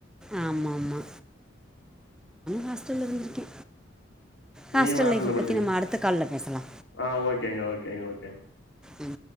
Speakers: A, in the centre; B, on the left (about 75°).
A: ஆம்மாமா ஹாஸ்டல்ல இருந்திருக்கே ஹாஸ்டல்
B: நீங்களு ஹாஸ்டல்ல
A: லைப்
B: படிச்சிருக்கீங்க
A: பத்தி நம்ம அடுத்த கால்ல பேசலா
B: ஆ ஓகேங்க ஓகேங்க ஓகேங்க
A: உம்